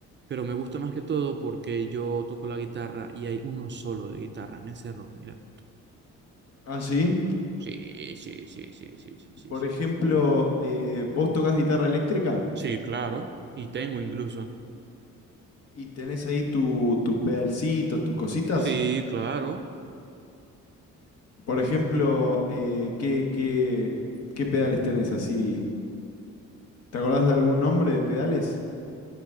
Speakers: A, on the right (about 40°); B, on the left (about 55°).
A: pero me gusta más que todo porque yo toco la guitarra y hay uno solo de guitarra en ese rock, mira.
B: ¿Ah, sí?
A: Sí, sí, sí, sí, sí, sí, sí,
B: Por
A: sí.
B: ejemplo, eh, vos tocas guitarra eléctrica
A: Sí, claro, y tengo incluso.
B: y tenés ahí tu- tus pedalcitos, tus cositas.
A: Sí, claro.
B: Por ejemplo, eh, ¿qué, qué, qué pedales tenés así? ¿Te acordás de algún nombre de pedales?